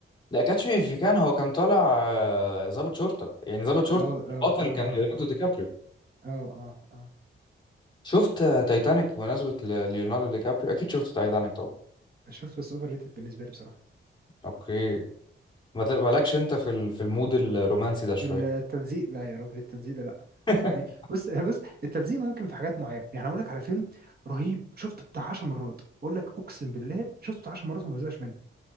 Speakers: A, on the left; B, on the right.
A: لا كاتش مي إف يو كان هو كان طالع آه، ضابط شرطة يعني ضابط شرطة
B: اه اه
A: البطل
B: اه
A: كان ليوناردو
B: اه
A: دي كابريو
B: اه اه اه
A: شفت آه، تايتانيك بمناسبة ل- ليوناردو دي كابريو أكيد شفت تايتانيك طبعا
B: اه شفته بس اوفر ريتد بالنسبه لي بصراحه
A: أوكي ما تبقالكش أنت في ال- في المود الرومانسي ده شوية
B: التلزيق لا يا راجل التلزيق ده لا
A: <laughs>
B: يعني بص بص التلزيق ممكن في حاجات معينه يعني اقول لك على فيلم رهيب شفته بتاع 10 مرات اقول لك اقسم بالله شفته بتاع 10 مرات وما بزهقش منه